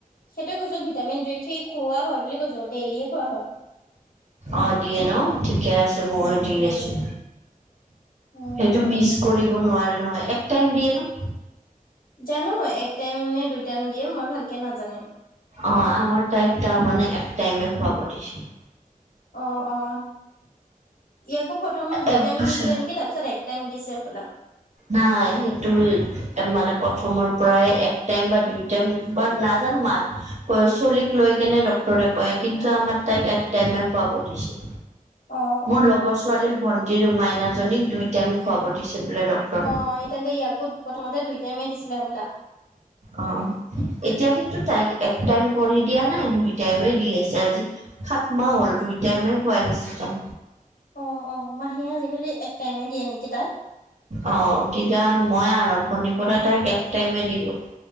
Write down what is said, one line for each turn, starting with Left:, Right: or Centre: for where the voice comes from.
Left: সেইটোৱে কৈছো ভিটামিন ডি থি খুওৱা হয় বুলি কৈছো ডেইলিয়ে খুৱা হয়।
Right: অঁ দিয়ে ন ঠিকে আছে ময়ো
Left: উম
Right: দি
Left: উম।
Right: আছোঁ।
Left: উম
Right: সেইটো মিচ কৰিব নোৱাৰে নহয় এক টাইম দিয়ে ন?
Left: জানো এক টাইম নে দুই টাইম দিয়ে মই ভালকে নাজানিম।
Right: অ আমাৰ ত এক ত মানে এক টাইমে খুৱাব দিছে।
Left: আহ অ। ইকো প্ৰথম দুই
Right: এক
Left: টাইম
Right: বছৰ
Left: দিছিলে নেকি? তাৰপিছত এক টাইম দিছে হবলা।
Right: নাই সেইটো মানে প্ৰথমৰ পৰাই এক টাইম বা দুই টাইম বা না ানো মা ক চলিক লৈ কেনে ডটৰে কয় কিন্তু আমাৰ তাইক এ টাইমে খুৱাব দিছিল।
Left: অ
Right: মোৰ
Left: অ
Right: লগৰ ছোৱালীৰ ভন্টিৰ মাইনাজনীক দুই টাইম খুৱাব দিছে বোলে। ডক্তৰে
Left: অ তেন্তে ইয়াকো প্ৰথমতে দুই টাইমে দিছিলে হবলা?
Right: অ এতিয়া কিন্তু তাইক এক টাইম কৰি দিয়া নাই দুই টাইমে দি আছে আজি সাত মাহ হ'ল দুই টাইমে খুৱাই আহিছো তাক।
Left: অ অ মাহী আজিকালি এক টাইমে দিয়ে নেকি তাক?
Right: অ কিতিয়া মই আৰম্ভণিৰ পৰা তাইক এক টাইমে দিলো।